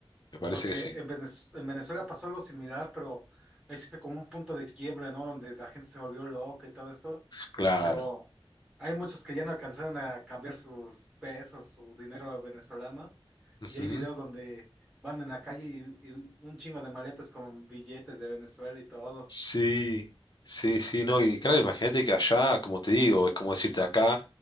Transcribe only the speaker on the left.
me parece
que sí.
Claro.
Ujú.
Sí, sí, sí, no, y claro, imagínate que allá, como te digo, es como decirte acá,